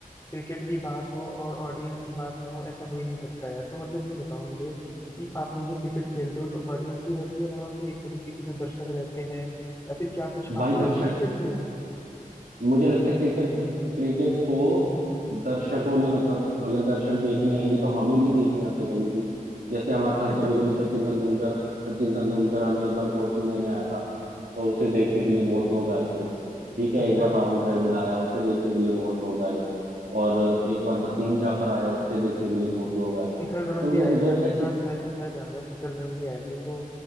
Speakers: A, on the left; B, on the right.
A: क्रिकेट की बात हो और ऑडियंस की बात ना हो ऐसा हो ही नहीं सकता यार तो मतलब ये बताओ मुझे कि आप लोग जब क्रिकेट खेलते हो तो ऑडियंस भी रहती है वहां पे एक तरीके के जो दर्शक रहते हैं या फिर क्या कुछ आप
B: भाई
A: लोग
B: दर्शक
A: अकेले खेलते हो
B: मुझे लगता है क्रिकेट क्रिकेट को दर्शकों ने मतलब अगर दर्शक देखने आएंगे तो हमें नहीं देखने आते कभी भी जैसे हमारे साथ
A: <laughs>
B: कभी कभी सचिन तेंदुलकर सचिन तेंदुलकर हमें एक बार कोचिंग देने आया था तो उसे देखने के लिए बहुत लोग आए थे ठीक है
A: अच्छा
B: एक बार राहुल द्रविड़ आया उसे देखने के लिए बहुत लोग आए और एक बार वसीम जाफर आया उसे देखने के लिए बहुत लोग आए
A: शिखर धवन
B: तो
A: भी
B: मतलब
A: आए
B: जो
A: थे आपके
B: ऐसी
A: साथ मैंने मैं जान रहा हूँ शिखर धवन भी आए थे तो